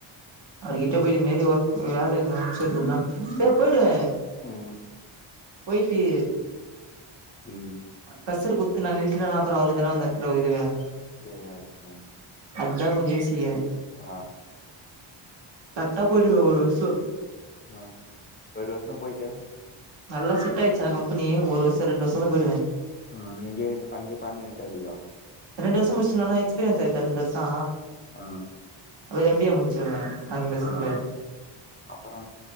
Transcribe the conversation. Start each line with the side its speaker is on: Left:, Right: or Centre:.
Right: அவருகிட்ட போயிட்டு மேரி ஒர்க் வேல எதாது சேத்து உடுனா ஏ போயிடுவே
Left: ம்
Right: போயிட்டு
Left: ம்
Right: கஸ்சர் குத்து நாங்க வீட்லல்லா அப்றோ அவரு தன வந்து அத்தல ஒரு இதுவே
Left: சேரி <unintelligible>
Right: அதா கொஞ்ச யோசிக்றே
Left: ஆ
Right: கர்ட்டா போயிடுவே ஒரு வர்ஷோ
Left: ஆ ஒரு வர்ஷோ போயிட்டு
Right: நல்ல செட் ஆயிச்சுனா கம்பெனி ஒரு வர்ஷா ரெண்டு வர்ஷதா போயிடுவே
Left: ஆ இங்கே அங்கே பெர்மனன்ட் ஆயிடுவியா
Right: ரெண்டு வர்ஷோ முஸ்டனோனா எக்ஸ்பீரியன்ஸ் ஆயிருதா ரெண்டு வர்ஷோ
Left: ஆ
Right: அவரு எம் பி ஏ முச்சிருவே ரெண்டு வர்சத்துல
Left: ஆ. அப்புறம்